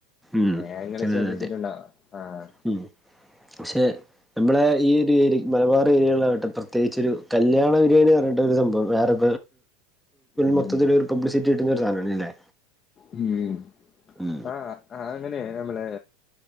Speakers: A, in the centre; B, on the left.
A: ഉം
B: ഏഹ് ഇങ്ങള്
A: അതെ
B: ശ്രദ്ധിച്ചിട്ടുണ്ടോ
A: അതെ അതെ
B: ആഹ്
A: ഉം പക്ഷെ നമ്മളെ ഈ ഒരു ഏരിയെ മലബാർ ഏരിയ <unintelligible> പ്രത്യേകിച്ചോരു കല്യാണ ബിരിയാണി പർഞ്ഞിട്ടൊരു സംഭവം വേറെ
B: ഉം
A: മൊത്തത്തിലൊരു പബ്ലിസിറ്റി കിട്ടുന്ന ഒരു സാധനാണ്ല്ലേ
B: ഉം
A: ഉം
B: ആഹ്‌ ആഹ്‌ അങ്ങനെ നമ്മളെ